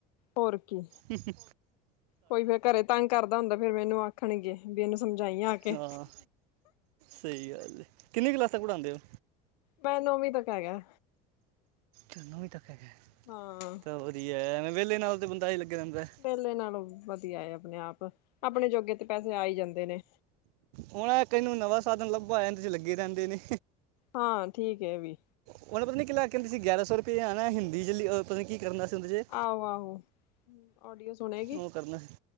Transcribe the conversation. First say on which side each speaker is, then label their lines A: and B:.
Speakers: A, on the left; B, on the right.
A: ਹੋਰ ਕੀ
B: ਹਮ
A: ਕੋਈ ਫੇਿਰ ਘਰੇ ਤੰਗ ਕਰਦਾ ਹੁੰਦਾ ਫੇਿਰ ਮੈਂ ਇਹਨੂੰ ਆਖਣਗੇ ਵੀ ਇਹਨੂੰ ਸਮਝਾਈਆਂ ਆ ਕੇ
B: ਹਾਂ ਸਹੀ ਗੱਲ ਜ ਕਿੰਨੀ ਕਲਾਸਾਂ ਪੜਾਂਦੇ ਹੋ
A: ਮੈਂ ਨੌਵੀਂ ਤੱਕ ਹੈਗਾ
B: ਚਨਮੀ ਤੱਕੇ
A: ਹਾਂ
B: ਤਾਂਹੀ ਹੈ ਮ ਵਿਹਲੇ ਨਾਲ ਤੇ ਬੰਦਾ ਹੀ ਲੱਗਗੇ ਰੇਂਦਾ
A: ਪੇਲੇ ਨਾਲੋਂ ਵਧੀਆ ਆਪਣੇ ਆਪ ਆਪਣੇ ਜੋਗੇ ਤੇ ਪੈਸੇ ਆ ਹੀ ਜਾਂਦੇ ਨੇ
B: ਹਣਾ ਕਨ ਨੂੰ ਨਵਾਂ ਸਾਧਨ ਲੱਭਵਾਦੇ ਚ ਲੱਗੇ ਰਹਿੰਦੇ ਨੇ
A: ਹਾਂ ਠੀਕ ਹੈ ਵੀ
B: ਉਹਨੇ ਪਤਾ ਨੀ ਕਿ ਲਲਾ ਕੇਹਿੰਦੇ ਸੀ ਗਿਆਰਾਂ ਸੌ ਰੁਪਏ ਆ ਨਾ ਹਿੰਦੀ ਚ ਪਤਾ ਨ ਕੀ ਕਰਨਾ ਸੀ ਉਹਦੇ ਚ
A: ਆਹੋ ਆਹੋ ਡੀਓ ਸੁਣੇਗੀ
B: ਉਹ ਕਰਨਾ